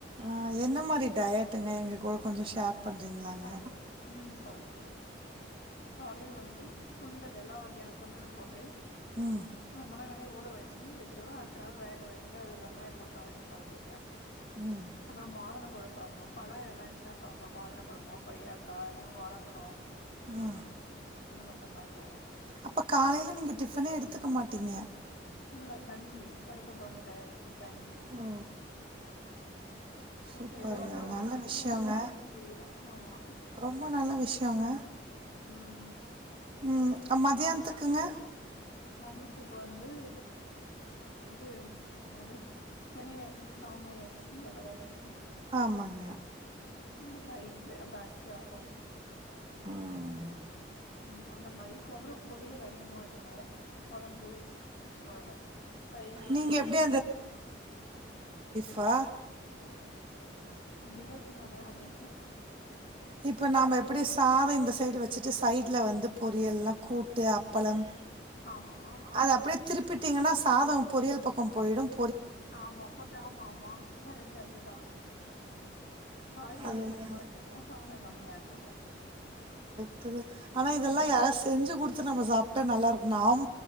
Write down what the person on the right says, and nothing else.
ஆஹ என்ன மாரி டயட்டுங்க எங்களுக்கு ஒரு. கொஞ்சோ ஷேர். பண்றீங்களாங்க
ம்
ம்
ஆஹ.
அப்போ காலையில நீங்க டிப்பனே எடுத்துக்க மாட்டீங்க.
ஓ சூப்பருங்க
நல்ல
விஷயோங்க
ரொம்ப நல்ல விஷ் யங்க
ம் மத்தியானத்துக்குங்க
ஆமாங்க
ம்
நீங்க
எப்டி பா
இப்போ நாம எப்படி சாத இந்த சைடு வச்சுட்டு சைடுல வந்து பொரியல்லாம கூட்டு அப்பளம்
அது அப்டியே திருப்பிட்டீங்கன்னா சாதோ பொரியல் பக்கம் போயிடும்
அதுதா
ட்டு ஆனா இதெல்லா
யாரா செஞ்சு குடு த்து நம்ம சாப்ட்டா நல்லா இருக்கு நாம்